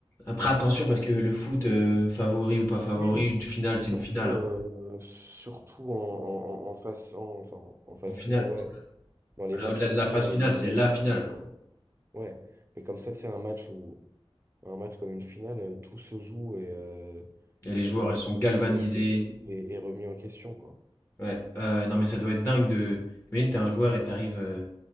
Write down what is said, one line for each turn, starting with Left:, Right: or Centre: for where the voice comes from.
Left: Après, attention, parce que le foot, euh, favori ou pas favori,
Right: Oui.
Left: une finale, c'est
Right: Surtout,
Left: une finale. hein.
Right: euh, surtout en, en, en- en phase, en, enfin, en phase
Left: En finale.
Right: finale, ouais. Dans les
Left: Voilà,
Right: matchs
Left: au-delà
Right: comme
Left: de la
Right: ça,
Left: phase
Right: à
Left: finale,
Right: élimination
Left: c'est la finale.
Right: directe, ouais. Ouais. Mais comme ça, c'est un match où Un match comme une finale, euh, tout se joue et euh,
Left: Et les joueurs,
Right: euh,
Left: ils
Right: le
Left: sont galvanisés.
Right: niveau de chaque équipe est, est remis en question, quoi.
Left: Ouais. Euh, non, mais ça doit être dingue de. Imagine, t'es un joueur et t'arrives euh,